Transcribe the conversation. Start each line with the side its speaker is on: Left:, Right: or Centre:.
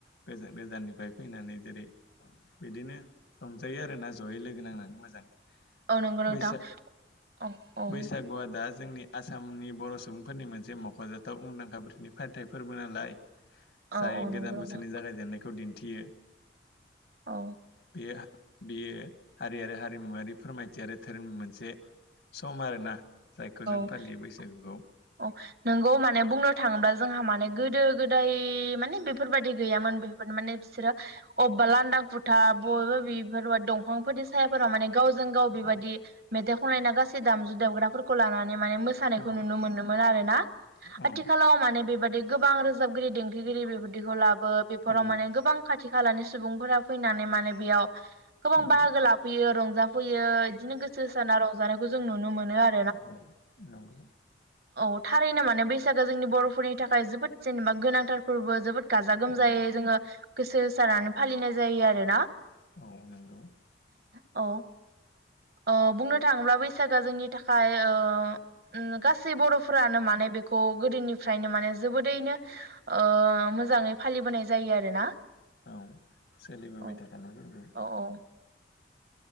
Left: गोजान गोजाननिफ्राय फैनानै जेरै बिदिनो रंजायो आरो ना जयै लोगो नांनानै मोजाङै
Right: औ नंगौ नोंथां
Left: बैस अ
Right: औ औ
Left: बैसागुआ दा जोंनि आसामनि बर' सुबुंफोरनि मोनसे मख'जाथाव मुंदांखा <unintelligible> फालिथायाइ फोरबो नालाय
Right: औ
Left: जाय
Right: औ
Left: गोदान
Right: नंगौ नोंथां
Left: बोसोरनि जागायजेननायखौ दि थियो।
Right: औ
Left: बे बेयो हारि आरो हारिमुवारि फोरमायथि आरो धोरोमनि मोनसे सम आरोना जायखौ जों।
Right: <unintelligible>
Left: फालियो बैसागुखौ
Right: औ नोंगौ माने बुंनो थाङोब्ला जोंहा माने गोदो गोदाय मान माने बेफोरबायादि गैयामोन बेफोर माने बिसोरो अबेबा बेफोर बालि गैयामोन बेफोर बादि माने बिसोरो बसेड़ा लांदां फुथार बबेबा बेफोरब दंफांफोरनि सायाफोराव माने गावजों गाव
Left: औ
Right: बेबायदि मेथाइ खनलनायना गासै दामजु दामग्रा लानानै माने मोसानायखौ
Left: औ
Right: नुनो मोनोमोन आरोना
Left: औ
Right: आथिखालाव माने बेबायदि गोबां रोजाबगिरि दें <unintelligible> बेबदिखौ लाबो बेफोराव
Left: औ
Right: माने गोबां खाथि खाथि खालानि सुबुंफोरा फैनानै माने बेयाव गोबां
Left: औ
Right: बाहागो लाफैयो रंजाफैयो फैयो बिदिनो गोसो हो साना रंजानायखौ। जों नुनो मोनो आरो
Left: औ नंगौ।
Right: औ थारैनो माने बैसागोया जोंनि बर'फोरनि थाखाय जोबोद जेनेबा गोनांथार फोरबो जोबोद गाजा
Left: उम,
Right: गोमजायै जोङो। गोसो होसारनानै फालिनाय जायो आरो।
Left: औ नंगौ।
Right: औ। अ बुंनो थाङोब्ला बैसागोआ जोंनि थाखाय ओ उम गासै बर'फोरानो मानो नै बेखौ गोदोनिफ्रायनो माने जोबोदैनो ओ मोजाङै फालिबोनाय जायो आरोना
Left: औ सोलिबोबाय
Right: औ
Left: थाखानाय फोरबो
Right: औ औ।